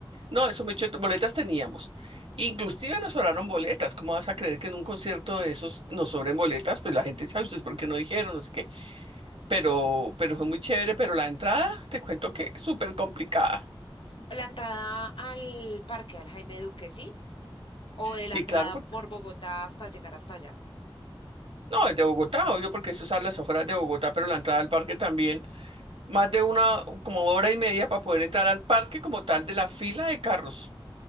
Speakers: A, on the right; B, on the left.
A: No, eso me echó, boletas teníamos. Inclusive nos sobraron boletas. ¿Cómo vas a creer que en un concierto de esos nos sobren boletas? Pues la gente dice, ay, ¿ustedes por qué no dijeron? No sé qué. Pero, pero fue muy chévere, pero la entrada, te cuento que es súper complicada.
B: La entrada al parque, al Jaime Duque, ¿sí? o de
A: Sí,
B: la entrada
A: claro, porque,
B: por Bogotá hasta llegar hasta allá.
A: no, es de Bogotá, obvio, porque eso es a las afueras de Bogotá, pero la entrada al parque también, más de una, como hora y media para poder entrar al parque como tal de la fila de carros.